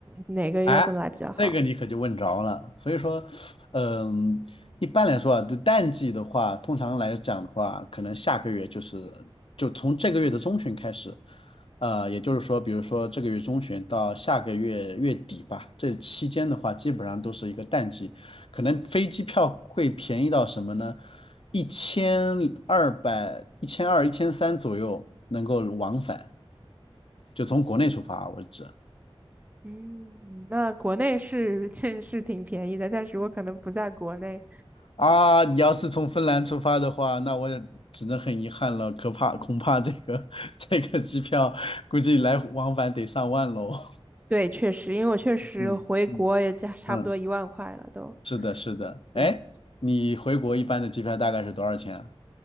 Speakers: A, on the right; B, on the left.
A: 哪个月份来比较好？
B: 哎，这个你可就问着了。所以说，嗯，一般来说啊，就淡季的话，通常来讲的话，可能下个月就是就从这个月的中旬开始，呃，也就是说，比如说这个月中旬到下个月月底吧，这期间的话，基本上都是一个淡季，可能飞机票会便宜到什么呢？一千二百、一千二、一千三左右能够往返，就从国内出发为止。
A: 嗯，那国内是 <laughs> 这是挺便宜的，但是我可能不在国内。
B: 啊，你要是从芬兰出发的话，那我也只能很遗憾了，可怕，恐怕这个 <laughs> 这个机票估计来往返得上万喽。
A: 对，确实，因为我确实回国也加差不多一万块了都。
B: <laughs> 嗯嗯嗯，是的，是的。
A: 对，
B: 哎，你回国一般的机票大概是多少钱啊